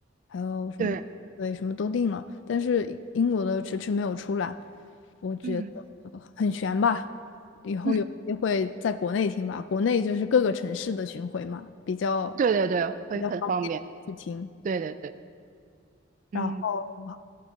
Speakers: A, on the left; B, on the right.
A: 还有什么，
B: 对，
A: 对，什么都定了，但是英国的迟迟没有出来，我觉得
B: 嗯
A: 很悬吧。以后有机会在国内听吧，
B: 嗯，
A: 国内就是各个城市的巡回嘛，比较
B: 对对对，会很方便。
A: 比较方便去听。
B: 对对对，嗯，
A: 然后